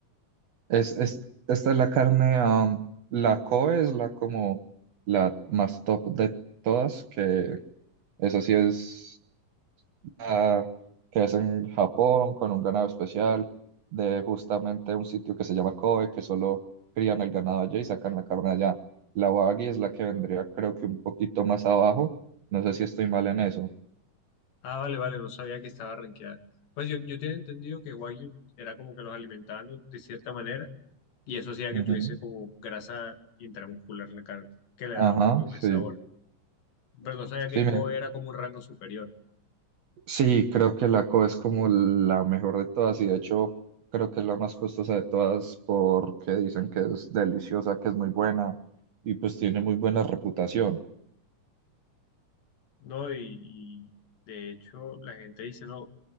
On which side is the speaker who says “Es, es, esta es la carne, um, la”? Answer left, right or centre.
Right